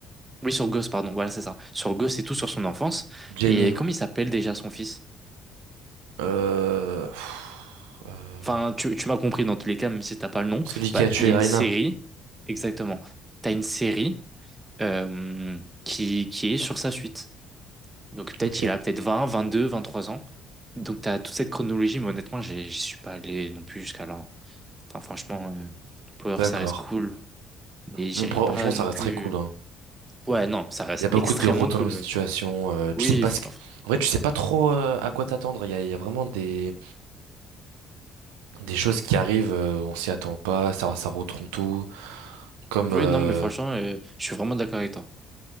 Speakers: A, on the right; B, on the right.
A: Oui, sur Ghost, pardon, voilà, c'est ça. Sur Ghost et tout, sur son enfance.
B: Jamie,
A: Et comment il s'appelle déjà son fils?
B: euh, pff, euh,
A: Enfin, tu, tu m'as compris dans tous les cas, même si t'as pas le nom.
B: celui
A: Bah,
B: qui a tué
A: il y a une
B: Raina.
A: série, exactement. T'as une série euh, qui, qui est sur sa suite. Donc peut-être
B: Ok,
A: il a peut-être 20, 22, 23 ans. Donc t'as toute cette chronologie, mais honnêtement, j'ai- j'y suis pas allé non plus jusqu'à là. Enfin, franchement, euh, Power,
B: d'accord.
A: ça reste cool. Mais j'irai
B: Bon, Franchement,
A: pas non
B: ça reste
A: plus.
B: très cool, hein.
A: Ouais, non, ça reste
B: Il y a beaucoup
A: extrêmement
B: de retournements
A: cool.
B: de
A: même.
B: situation. euh,
A: Oui,
B: tu sais pas
A: fr-
B: ce qui-
A: fr-
B: En vrai, tu sais pas trop euh, à quoi t'attendre. Il y a, il y a vraiment des, des choses qui arrivent, euh, on s'y attend pas, ça, ça retourne tout. Comme
A: oui,
B: euh,
A: non, mais franchement, euh, je suis vraiment d'accord avec toi.